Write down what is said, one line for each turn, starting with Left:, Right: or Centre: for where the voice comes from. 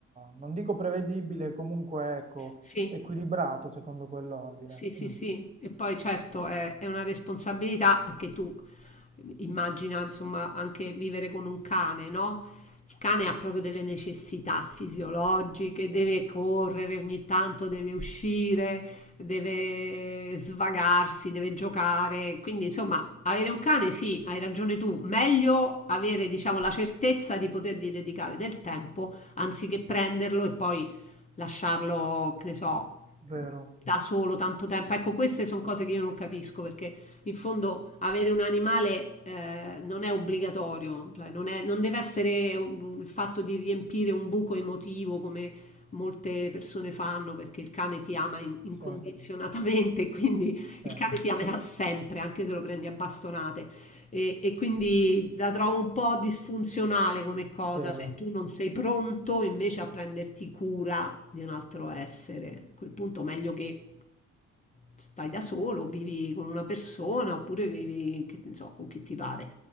Right: non dico prevedibile, comunque ecco,
Left: sì.
Right: equilibrato secondo quell'ordine.
Left: Sì, sì,
Right: Mm,
Left: sì, e poi certo è, è una responsabilità perché tu immagina insomma anche vivere con un cane, no? Il cane ha proprio delle necessità fisiologiche, deve correre ogni tanto, deve uscire, deve svagarsi, deve giocare. Quindi insomma avere un cane sì, hai ragione tu, meglio avere diciamo la certezza di potergli dedicare del tempo anziché prenderlo e poi lasciarlo, che ne so
Right: vero,
Left: da solo tanto tempo. Ecco, queste sono cose che io non capisco perché in fondo avere un animale eh, non è obbligatorio, cioè non è- non deve essere il fatto di riempire un buco emotivo come molte persone fanno perché il cane ti ama in- incondizionatamente,
Right: sì,
Left: <laughs> quindi
Right: sì,
Left: il cane ti amerà sempre, anche se lo prendi a bastonate. E, e quindi la trovo un po' disfunzionale come cosa,
Right: vero,
Left: se tu non sei pronto invece a prenderti cura di un altro essere. A quel punto meglio che stai da solo, vivi con una persona, oppure vivi, che ne so, con chi ti pare,